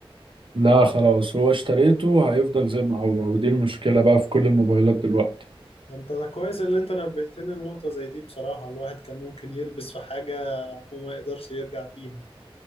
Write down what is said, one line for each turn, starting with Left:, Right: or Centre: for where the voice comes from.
Right: لا خلاص هو اشتريته هيفضل زي ما هو ودي المشكلة بقى في كل الموبايلات دلوقتي
Left: ده أنت ده كويس اللي أنت نبهتني لنقطة زي دي بصراحة الواحد كان ممكن يلبس في حاجة وما يقدرش يرجع فيها